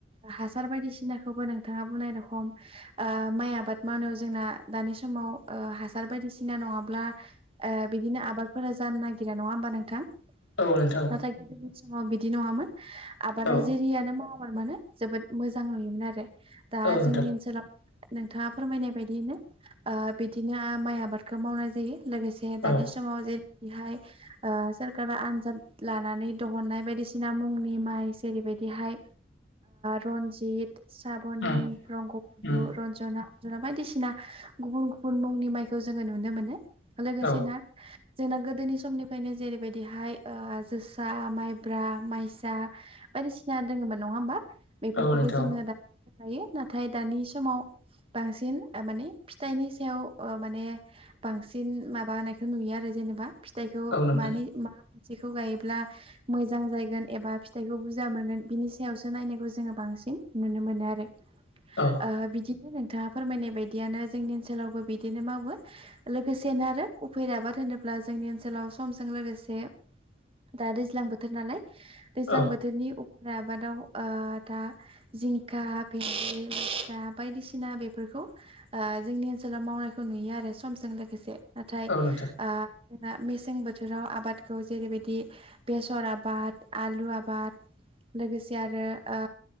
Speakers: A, on the right; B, on the left.
A: <inaudible> हासार बायदिसिनाखौबो नोंथाङा बुंनाय रखम ओ माइ आबाद मावनायाव जोंना दानि समाव ओ हासार बायदिसिना नङाब्ला ओ बिदिनो आबादफोरा जानो नागिरा नङा होमबा नोंथां?
B: औ नोंथां
A: नाथाय गोदोनि समाव बिदि नङामोन आबादा
B: औ
A: जेरियानो मावा मोन मानो जोबोद मोजां नुयोमोन आरो दा
B: औ नोंथां
A: जोंनि ओनसोलाव नोंथाङा फोरमायनाय बायदियैनो ओ बिदिनो माइ आबादखौ मावनाय जायो लोगोसे दानि
B: औ
A: समाव जेरै बेहाय <unintelligible> ओ सोरखारा आनजाद लानानै दिहननाय बायदिसिना मुंनि माइ जेरै बायदिहाय रनजित साबनि
B: उम
A: रंगबदु
B: उम
A: रन्जना अजना बायदिसिना गुबुन गु बुन मुंनि माइखौ जोङो नुनो मोनो लोगोसे
B: औ
A: ना जोंना गोदोनि समनिफ्रायनो जेरैबायदिहाय ओ जोसा माइब्रा, माइसा बायदिसिना दोङोमोन नङा होमबा बेफोरखौबो
B: औ नोंथां
A: जोङो
B: औ
A: दा गायो नाथाय दानि समाव बांसिन माने फिथाइनि सायाव ओ माने बांसिन माबानायखौ नुयो आरो जेनेबा फिथाइखौ
B: औ नोंथां
A: माने मा मोनसेखौ गायोब्ला मोजां जायगोन एबा फिथाइखौ बुरजा मोनगोन बिनि सायावसो नायनायखौ जोङो बां बांसिन नुनो मोनो आरो
B: औ
A: ओ बिदिनो नोंथाङा फोरमायनाय बायदियानो जोंनि ओनसोलावबो बिदिनो मावो लोगोसेनो आरो उफेरा आबाद होनोब्ला जोंनि ओनसोलाव समजों लोगोसे से दा दैज्लां बोथोर नालाय दैज्लां
B: औ
A: बोथोरनि आबादाव ओ दा जिंखा भेन्दि लेस्रा बायदिसिना बेफोर खौ आ जोंनि ओनसोलाव मावनायखौ नुयो आरो समजों लोगोसे नाथाय ओ
B: औ नोंथां
A: जोंना मेसें बोथोराव आबादखौ जेरैबायदि बेसर आबाद आलु आबाद लोगोसे आरो ओ